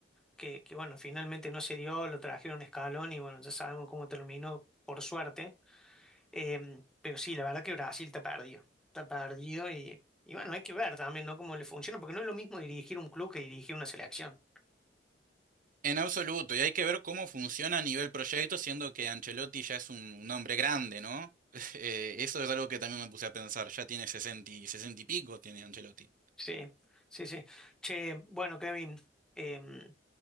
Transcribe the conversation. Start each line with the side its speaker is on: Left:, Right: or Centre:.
Centre: que, que bueno, finalmente no se dio, lo trajeron a Scaloni y bueno, ya sabemos cómo terminó, por suerte. Em, pero sí, la verdad que Brasil está perdido, está perdido y, y bueno, hay que ver también, ¿no? Cómo le funciona, porque no es lo mismo dirigir un club que dirigir una selección.
Right: En absoluto, y hay que ver cómo funciona a nivel proyecto, siendo que Ancelotti ya es un, un hombre grande, ¿no? <laughs> Eh, eso es algo que también me puse a pensar. Ya tiene sesenta y, 60 y pico, tiene Ancelotti.
Centre: Sí, sí, sí. Che, bueno, Kevin, em,